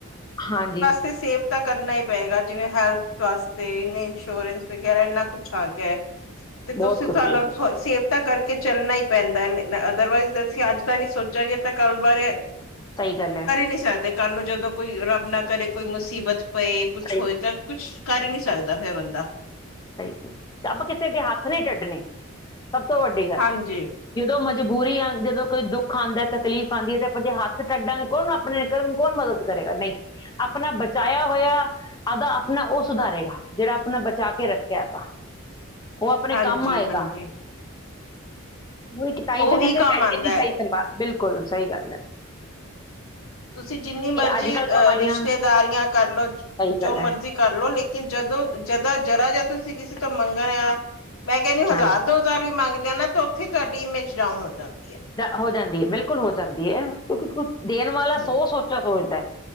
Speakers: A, on the left; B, on the left.
A: ਹਾਂਜੀ।
B: ਤੇ ਸੇਵ ਤਾਂ ਕਰਨਾ ਈ ਪਏਗਾ। ਜਿਵੇਂ ਹੈਲਥ ਵਾਸਤੇ, ਇੰਨੇ ਇੰਸ਼ੋਰੈਂਸ ਵਗੈਰਾ ਇੰਨਾ ਕੁਛ ਆ ਗਿਆ।
A: <inaudible>
B: ਤੇ ਤੁਸੀਂ
A: ਕੁਛ
B: ਚਲੋ
A: ਹੈ
B: ਸੇਫ ਤਾਂ ਕਰਕੇ ਚੱਲਣਾ ਈ ਪੈਂਦਾ। ਅਦਰਵਾਈਜ਼ ਅਸੀਂ ਅੱਜ ਦਾ ਨੀ ਸੋਚਾਂਗੇ ਤਾਂ ਕੱਲ ਬਾਰੇ
A: ਸਹੀ ਗੱਲ ਐ।
B: ਨੀ ਸਕਦੇ। ਕਾਲੂ ਜਦੋਂ ਕੋਈ ਰੱਬ ਨਾ ਕਰੇ ਕੋਈ ਮੁਸੀਬਤ ਪਏ। ਕੁਛ
A: ਸਹੀ
B: ਹੋਏ ਤਾਂ ਕੁਛ ਕਰ ਈ ਨੀ ਸਕਦਾ ਫਿਰ ਬੰਦਾ।
A: ਸਹੀ ਆਪਾਂ ਕਿਸੇ ਅੱਗੇ ਹੱਥ ਨਹੀਂ ਅੱਡਣੇ। ਸਭ ਤੋਂ ਵੱਡੀ ਗੱਲ।
B: ਹਾਂਜੀ
A: ਜਦੋਂ ਮਜਬੂਰੀ ਆ, ਜਦੋਂ ਕੋਈ ਦੁੱਖ ਆਂਦਾ ਤਕਲੀਫ਼ ਆਂਦੀ ਐ। ਤੇ ਆਪਾਂ ਜੇ ਹੱਥ ਟੱਢਾਂਗੇ ਕੌਣ ਆਪਣੇ ਕਰਨ ਨੂੰ ਕੌਣ ਮਦਦ ਕਰੇਗਾ ਨਈ। ਆਪਣਾ ਬਚਾਇਆ ਹੋਇਆ। ਓਦਾਂ ਆਪਣਾ ਓ ਸੁਧਾਰੇਗਾ। ਜਿਹੜਾ ਆਪਣਾ ਬਚਾ ਕੇ ਰੱਖੇ। <unintelligible> ਓ ਆਪਣੇ
B: ਹਾਂਜੀ
A: ਕੰਮ ਆਏਗਾ
B: ਹਾਂਜੀ
A: ਨਈ ਤਾਂਹੀ
B: ਉਹੀ
A: ਤਾਂ ਕਹਿੰਦੇ ਆ
B: ਕੰਮ
A: ਪੈਸੇ
B: ਆਉਂਦਾ
A: ਦੀ
B: ਹੈ
A: ਸਹੀ ਧੰਨਵਾਦ ਬਿਲਕੁਲ, ਸਈ ਗੱਲ ਐ।
B: ਤੁਸੀਂ ਜਿੰਨੀ ਮਰਜ਼ੀ
A: ਅੱਜ ਕੱਲ
B: ਅ
A: ਕਮਾਈਆਂ
B: ਰਿਸ਼ਤੇਦਾਰੀਆਂ ਕਰਲੋ
A: ਸਹੀ ਗੱਲ
B: ਜੋ
A: ਹੈ
B: ਮਰਜ਼ੀ ਕਰ ਲੋ। ਲੇਕਿਨ ਜਦੋਂ ਜਦਾਂ ਜਰਾ ਜਾ ਤੁਸੀਂ ਕਿਸੇ ਤੋਂ ਮੰਗਣਾ ਮੈਂ ਕਹਿਣੀ
A: ਹਾਂ
B: ਹਜ਼ਾਰ ਦੋ ਹਜ਼ਾਰ ਵੀ ਮੰਗ ਦੇ ਆ ਨਾ ਤੇ ਉੱਥੇ ਤੁਹਾਡੀ ਇਮੇਜ ਡਾਊਨ ਹੋ ਜਾਂਦੀ ਐ।
A: ਹੋ ਜਾਂਦੀ ਐ ਬਿਲਕੁਲ ਹੋ ਜਾਂਦੀ ਐ ਕਿਉਂਕਿ ਕੁਛ ਦੇਣ ਵਾਲਾ ਸੋ
B: ਹਮ
A: ਸੋਚ ਸੋਚਦਾ